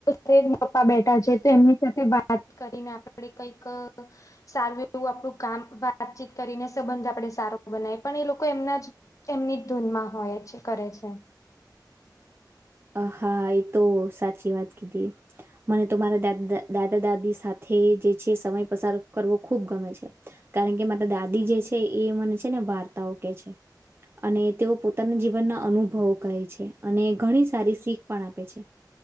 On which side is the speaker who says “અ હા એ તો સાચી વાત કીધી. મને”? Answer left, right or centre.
Right